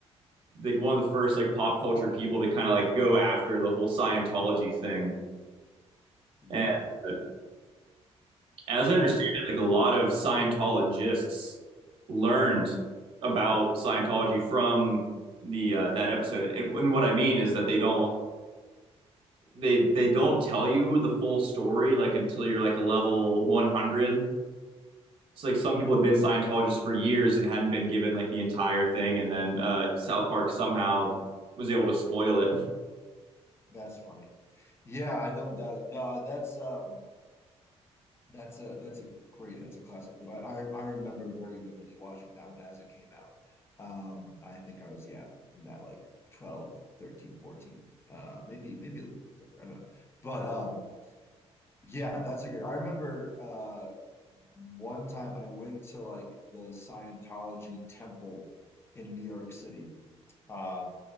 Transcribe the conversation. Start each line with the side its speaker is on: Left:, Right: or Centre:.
Right: like one of the first like pop culture people to kind of like go after the whole Scientology thing
Left: Yeah.
Right: and Uh, As
Left: No,
Right: I understand it, like a lot of Scientologists learned about Scientology from the uh, that episode. And, and what I mean is that they don't they they don't tell you the full story like until you're like a level 100. So like some people have been Scientologists for years and hadn't been given like the entire thing, and then uh, South Park somehow was able to spoil it. <laughs>
Left: that's funny. Yeah, I don't doubt it. No, that's um, That's a that's a great that's a classic. I I remember very vividly watching that one as it came out. Um, I think I was yeah in that like twelve thirteen fourteen uh, maybe maybe a little bit younger. I don't know, but um, yeah, that's a great. I remember uh, one time I went to like the Scientology temple in New York City, um,